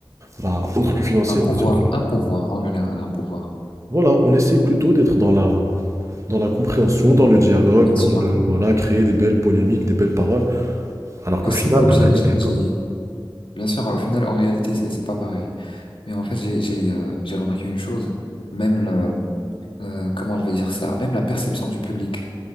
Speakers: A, on the right; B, on the left.
A: bah, autre que financier,
B: Un pouvoir,
A: on va dire.
B: un pouvoir en général, un pouvoir.
A: Voilà, on essaie plutôt d'être dans la, dans la compréhension, dans le dialogue,
B: Bien
A: dans
B: sûr.
A: le, voilà, créer des belles polémiques, des belles paroles, alors qu'au
B: Aussi
A: final,
B: même
A: la
B: j'ai,
A: réalité
B: j'ai,
A: est
B: j'ai-
A: autre.
B: bien sûr. Au final, en réalité, c'est c'est pas pareil. Mais en fait, j'ai, j'ai, euh, j'ai remarqué une chose. Même le, euh, comment je vais dire ça? Même la perception du public.